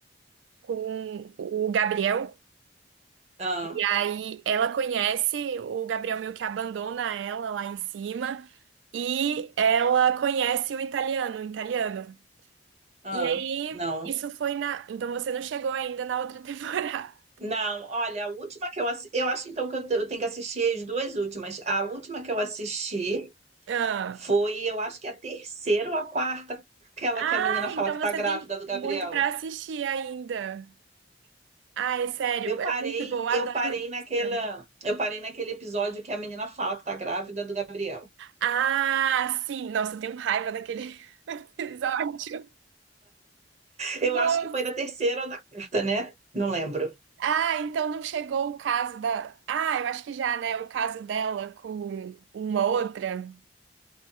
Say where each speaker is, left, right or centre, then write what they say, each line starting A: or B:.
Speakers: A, on the right (about 85°); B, on the right (about 40°).
A: com o Gabriel.
B: ah,
A: E aí ela conhece o Gabriel meio que abandona ela lá em cima e ela conhece o italiano, o italiano.
B: ah,
A: E aí
B: não.
A: isso foi na, então você não chegou ainda na outra <laughs> temporada.
B: Não, olha, a última que eu assisti, eu acho então que eu, te- eu tenho que assistir as duas últimas. A última que eu assisti
A: Ah,
B: foi, eu acho que é a terceira ou a quarta, aquela
A: Ah,
B: que a menina fala
A: então
B: que tá
A: você
B: grávida
A: tem
B: do Gabriel.
A: muito pra assistir ainda. Ah, é sério,
B: Eu
A: é
B: parei,
A: muito bom, eu adoro
B: eu parei naquela,
A: esse filme.
B: eu parei naquele episódio que a menina fala que tá grávida do Gabriel.
A: Ah, sim, nossa, eu tenho raiva daquele <laughs> episódio. Nossa.
B: Eu acho que foi da terceira ou da quarta, né? Não lembro.
A: Ah, então não chegou o caso da. Ah, eu acho que já, né? O caso dela com uma outra,